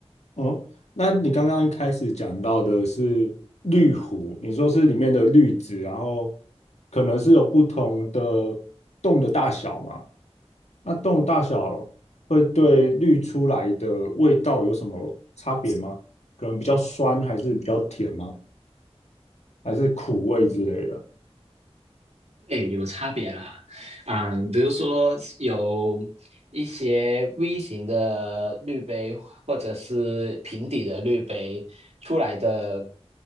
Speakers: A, on the left; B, on the right.
A: 哦，那你刚刚一开始讲到的是滤壶，你说是里面的滤纸，然后可能是有不同的洞的大小嘛？那洞的大小会对滤出来的味道有什么差别吗？可能比较酸，还是比较甜吗？还是苦味之类的？
B: 对，有差别啦，啊，比如说有一些 V 型的滤杯或者是平底的滤杯出来的，